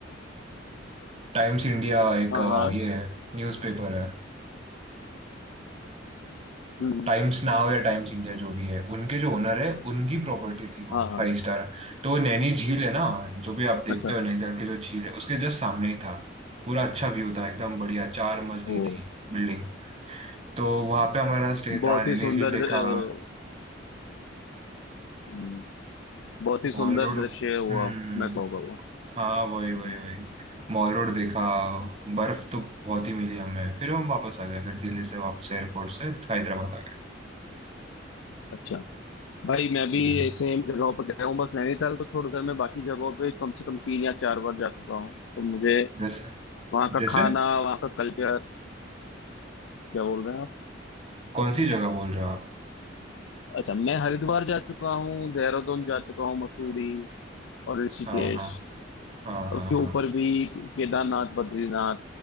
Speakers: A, on the right (about 35°); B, on the left (about 85°).
A: टाइम्स इंडिया एक
B: हाँ
A: अ,
B: हाँ
A: ये है न्यूज़पेपर है
B: हम्म हम्म,
A: टाइम्स नाउ या टाइम्स इंडिया जो भी है उनके जो ओनर है उनकी प्रॉपर्टी थी वो
B: हाँ हाँ
A: फाइव स्टार तो वो नैनी झील है ना जो भी आप देखते
B: अच्छा
A: हो नैनीताल के जो झील है उसके जस्ट सामने ही था पूरा अच्छा व्यू था एकदम बढ़िया चार मजली
B: ओ
A: थी बिल्डिंग तो वहां पे हमारा स्टे
B: बहुत
A: था नैनी
B: ही सुंदर
A: झील देखा
B: अ, हम्म, बहुत ही सुंदर
A: Mall Road हम्म
B: दृश्य हुआ मैं तो कहूँगा वो
A: हाँ वही
B: हम्म,
A: वही वही मॉल रोड देखा बर्फ तो बहुत ही मिली हमें फिर हम वापस आ गए फिर दिल्ली से वापस एयरपोर्ट से हैदराबाद आ गए
B: अच्छा भाई मैं भी
A: हम्म,
B: सेम जगहों पर गया हूँ बस नैनीताल को छोड़कर मैं बाकी जगहों पे कम से कम तीन या चार बार जा चुका हूँ तो मुझे
A: जैसे
B: वहाँ का
A: जैसे
B: खाना वहाँ का कल्चर क्या बोल रहे हैं आप
A: कौन सी जगह बोल रहे हो आप
B: अच्छा मैं हरिद्वार जा चुका हूँ देहरादून जा चुका हूँ मसूरी और ऋषिकेश
A: हाँ हाँ हाँ हाँ
B: उसके ऊपर
A: हाँ
B: भी केदारनाथ बद्रीनाथ